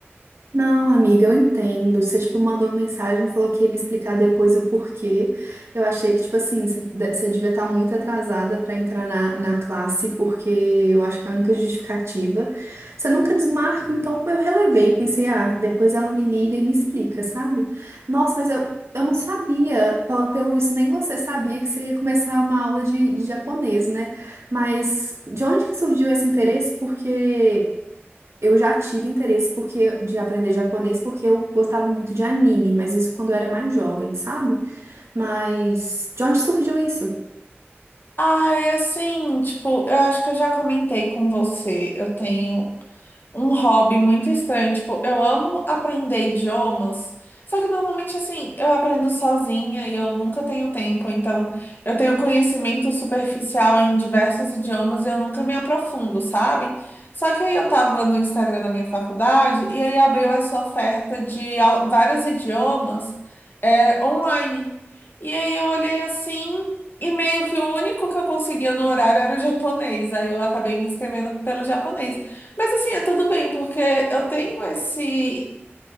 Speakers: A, on the right; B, on the left.
A: Não, amiga, eu entendo. Você, tipo, mandou uma mensagem, falou que ia me explicar depois o porquê. Eu achei que, tipo assim, você de- você devia estar muito atrasada para entrar na, na classe, porque eu acho que é a única justificativa. Você nunca desmarca, então eu relevei. Pensei, ah, depois ela me liga e me explica, sabe? Nossa, mas eu, eu não sabia, pelo, pelo visto, nem você sabia que você ia começar uma aula de, de japonês, né? Mas de onde que surgiu esse interesse? Porque. Eu já tive interesse porque de aprender japonês porque eu gostava muito de anime, mas isso quando eu era mais jovem, sabe? Mas de onde surgiu isso?
B: Ai, assim, tipo, eu acho que eu já comentei com você. Eu tenho um hobby muito estranho. Tipo, eu amo aprender idiomas, só que normalmente, assim, eu aprendo sozinha e eu nunca tenho tempo. Então, eu tenho conhecimento superficial em diversos idiomas e eu nunca me aprofundo, sabe? Só que aí eu tava no Instagram da minha faculdade e aí abriu essa oferta de au- vários idiomas, é, online. E aí eu olhei assim. E meio que o único que eu conseguia no horário era o japonês. Aí eu acabei me inscrevendo pelo japonês. Mas assim, é tudo bem, porque eu tenho esse